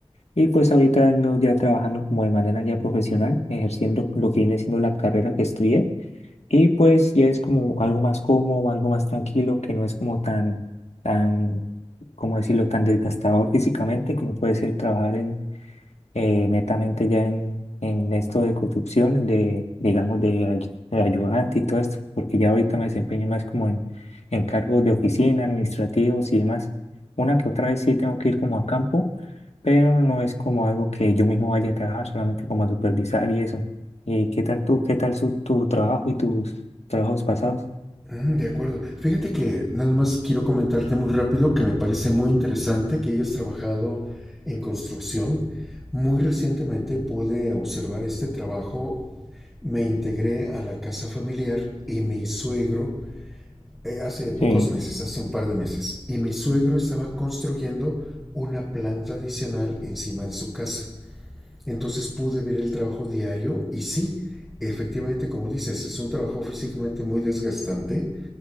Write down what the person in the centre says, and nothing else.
Mm, de acuerdo. Fíjate que nada más quiero comentarte muy rápido que me parece muy interesante que hayas trabajado en construcción. Muy recientemente pude observar este trabajo. Me integré a la casa familiar y mi suegro eh, hace pocos
meses, hace un par de meses, y mi suegro estaba construyendo una planta adicional encima de su casa. Entonces pude ver el trabajo diario y sí, efectivamente, como dices, es un trabajo físicamente muy desgastante,